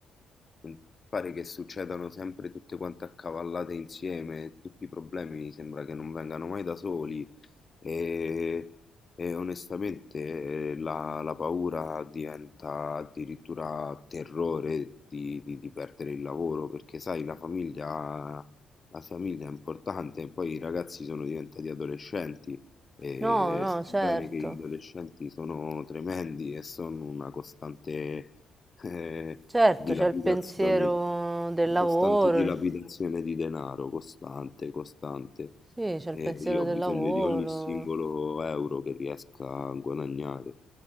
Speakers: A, on the left; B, on the right.
A: non pare che succedano sempre tutte quante accavallate insieme, tutti i problemi sembra che non vengano mai da soli. E, e onestamente eh, la, la paura diventa addirittura terrore di, di- di perdere il lavoro, perché sai, la famiglia, la famiglia è importante, e poi i ragazzi sono diventati adolescenti, e
B: No, no,
A: sebbene
B: certo.
A: che gli adolescenti sono tremendi e sono una costante eh,
B: Certo,
A: dilapidazione,
B: c'è il pensiero del
A: una
B: lavoro.
A: costante dilapidazione
B: il-
A: di denaro, costante, costante.
B: Sì, c'è
A: E
B: il pensiero
A: io
B: del
A: ho bisogno
B: lavoro.
A: di capito? ogni singolo euro che riesca a guadagnare.